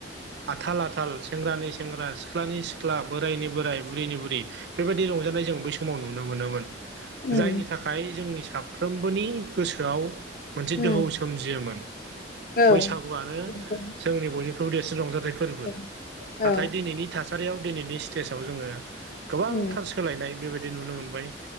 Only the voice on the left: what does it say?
उम
औ
औ उम उम
उम औ
औ
उम